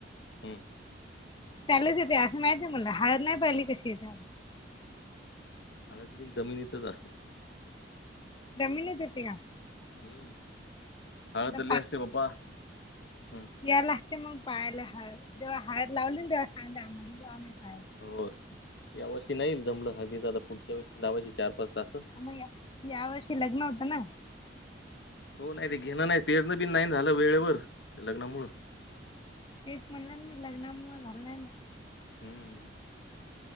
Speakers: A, on the left; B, on the left.
A: हम्म..
B: त्यालेच येते असं माहिती आहे मला.. हळद नाही पाहिली कशी येते
A: हळद बिन जमिनीतच असते..
B: जमीनित येती का?
A: हम्म.. हळद
B: आता
A: लई असते बाबा.. हम्म..
B: यायला लागते मग पाहायला.. हळद जेव्हा हळद लावली तेव्हा सांगा.. आम्हाला म्हणजे आम्ही पाहायला येतो.
A: हो यावर्षी नाही ना जमलं हळदीचा.. आता पुढच्या वर्षी लावायची चार पाच तास..
B: मग या या वर्षी लग्न होतं ना?
A: हो नाही.. ते घेणं नाही.. पेरणं बि नाही झालं वेळेवर लग्नामुळं..
B: तेच म्हणलं ना मी लग्नामुळ झालं नाही ना..
A: हम्म..